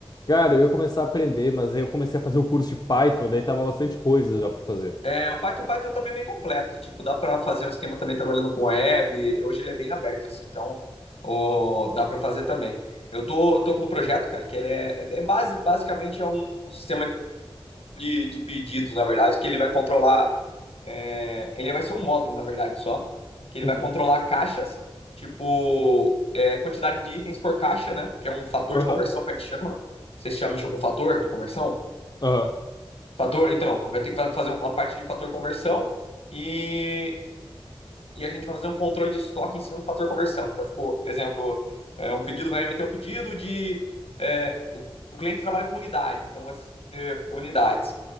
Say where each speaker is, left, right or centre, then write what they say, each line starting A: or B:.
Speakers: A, on the left (about 45°); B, on the left (about 85°).
A: Cara, eu ia começar a aprender, mas aí eu comecei a fazer o curso de Python, daí tava bastante coisa já pra fazer.
B: É, o Python, o Python também é bem completo. Tipo, dá para fazer um esquema também trabalhando com web. Hoje ele é bem aberto, assim, então ó, dá para fazer também. Eu tô, tô com um projeto, cara, que ele é, é é base, basicamente é um, um sistema de, de pedidos, na verdade, que ele vai controlar. é, ele vai ser um módulo, na verdade, só, que ele
A: Uhum.
B: vai controlar caixas, tipo, é, quantidade de itens por caixa, né? Que é um fator
A: Aham,
B: de conversão que a gente chama. Vocês chamam isso com fator de conversão?
A: aham.
B: Fator, então, vai ter que fazer um, uma parte de fator conversão e, e a gente vai fazer um controle de estoque em cima do fator conversão. Então, tipo, exemplo, é, um pedido vai meter um pedido de. É, o cliente trabalha com unidade, então vai ser unidades.